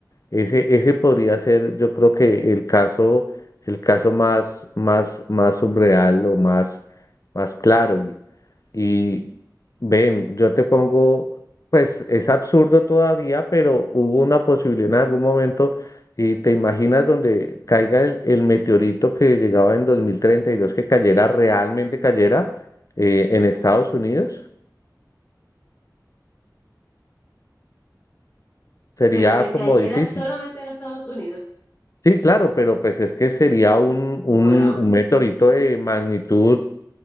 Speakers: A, on the left; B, on the left.
A: Ese, ese podría ser, yo creo que el caso, el caso más, más, más subreal o más, más claro. Y, y ven, yo te pongo, pues es absurdo todavía, pero hubo una posibilidad en algún momento y te imaginas donde caiga el, el meteorito que llegaba en 2032, que cayera, realmente cayera eh, en Estados Unidos, sería
B: Pero que
A: como
B: cayera
A: difícil.
B: solamente en Estados Unidos.
A: Sí, claro, pero pues es que sería un, un,
B: Bueno,
A: un meteorito de magnitud